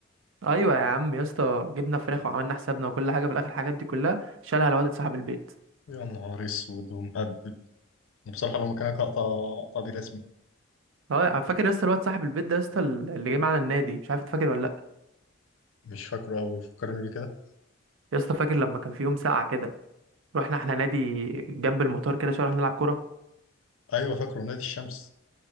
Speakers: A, on the right; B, on the left.
A: ايوه يا عم يا اسطى جبنا فراخ وعملنا حسابنا وكل حاجه في الاخر الحاجات دي كلها شالها الواد صاحب البيت
B: يا نهار اسود ومهبب انا بصراحه لو مكانك هقطع هقطع بيه رسمي
A: اه انا فاكر يا اسطى الواد صاحب البيت ده يا اسطى اللي جه معانا النادي مش عارف تفاكر ولا لا
B: مش فاكره قوي فكرني بيه كده
A: يا اسطى فاكر لما كان في يوم ساقعه كده رحنا احنا نادي جنب المطار كده شويه رحنا نلعب كوره
B: ايوه فاكره نادي الشمس